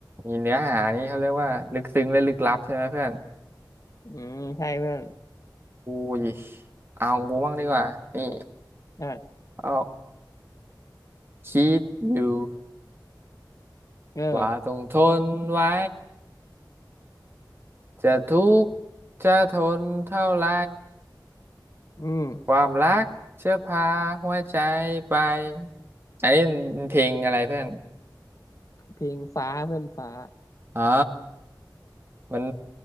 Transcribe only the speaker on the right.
มีเนื้อหานี่เขาเรียกว่าลึกซึ้งและลึกลับใช่ไหมเพื่อน
อุ้ยเอากูบ้างดีกว่านี่
เอาคิดอยู่
ว่าต้องทนไว้ จะทุกข์จะทนเท่าไร
ความรักจะพาหัวใจไปอันนี้มันเพลงอะไรเพื่อน
อ๋อมัน